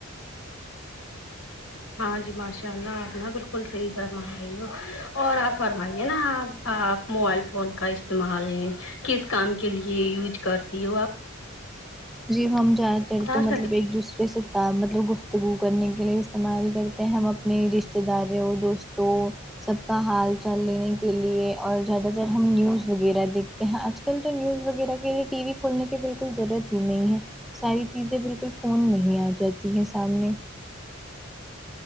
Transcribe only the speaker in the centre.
جی ہم جاتے
تو مطلب
ایک دوسرے سے ت مطلب گفتگو کرنے کے لیے استعمال کرتے ہیں ہم اپنے رشتے داروں دوستوں سب کا حال چال لینے کے لیے اور زیادہ تر ہم نیوز وغیرہ دیکھتے ہیں آج کل تو نیوز وغیرہ کے لیے ٹی وی کھولنے کی بالکل ضرورت ھی نہیں ہے ساری چیزیں بالکل فون میں ہی آ جاتی ہیں سامنے